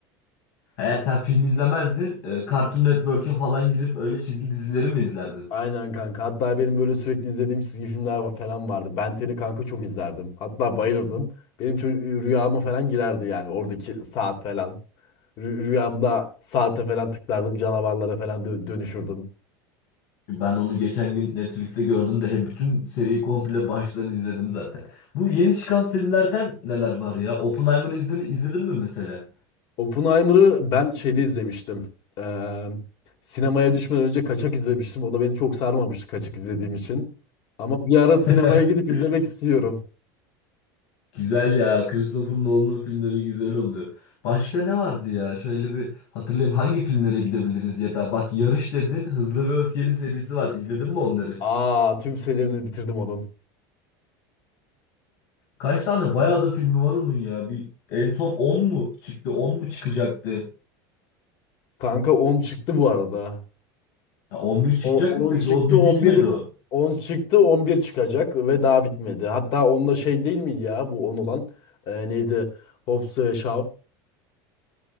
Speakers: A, on the left; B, on the left.
A: Eğer sen film izlemezdin, e, Cartoon Network'e falan girip öyle çizgi dizileri mi izlerdin?
B: Aynen kanka. Hatta benim böyle sürekli izlediğim çizgi filmler va- falan vardı. Ben Ten'i kanka çok izlerdim. Hatta bayılırdım. Benim ço- rüyama falan girerdi yani oradaki saat falan. Rü- rüyamda saate falan tıklardım. Canavarlara falan dö- dönüşürdüm.
A: Ben onu geçen gün Netflix'te gördüm de hep bütün seriyi komple baştan izledim zaten. Bu yeni çıkan filmlerden neler var ya? Oppenheimer'ı izlemi izledin mi mesela?
B: Oppenheimer'ı ben şeyde izlemiştim. Ee, sinemaya düşmeden önce kaçak izlemiştim. O da beni çok sarmamıştı kaçak izlediğim için. Ama bir ara sinemaya
A: <laughs>
B: gidip izlemek istiyorum.
A: Güzel ya. Christopher Nolan'ın filmleri güzel oluyor. Başka ne vardı ya? Şöyle bir hatırlayayım hangi filmlere gidebiliriz ya da bak Yarış dedin Hızlı ve Öfkeli serisi var. İzledin mi onları?
B: Aa tüm serilerini bitirdim onun.
A: Kaç tane bayağı da filmi var onun ya. Bir en son on mu çıktı? on mu çıkacaktı?
B: Kanka 10 çıktı bu arada.
A: Ya 11 çıkacak
B: O 10
A: mı peki?
B: çıktı
A: O bir
B: on
A: bitmedi
B: bir
A: o.
B: 10 çıktı 11 çıkacak ve daha bitmedi. Hatta onda şey değil mi ya bu 10 olan e, neydi? Hobbs ve Shaw.